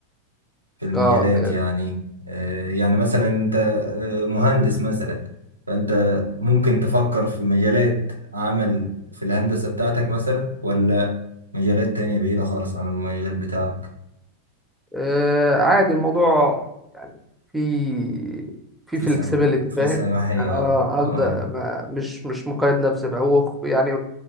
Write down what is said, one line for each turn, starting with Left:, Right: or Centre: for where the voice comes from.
Right: المجالات
Centre: اه آه،
Right: يعني آه، يعني مثلا انت آه، مهندس مثلا فانت ممكن تفكر في مجالات عمل في الهندسة بتاعتك مثلا ولا مجالات تانية بعيدة خالص عن المجال بتاعك
Centre: آه، عادي الموضوع في في
Right: في
Centre: flexibility
Right: سم في
Centre: فاهم
Right: سماحية
Centre: اه
Right: اه
Centre: اقدر
Right: اه
Centre: ما مش مش مقيد نفسي بقى هو يعني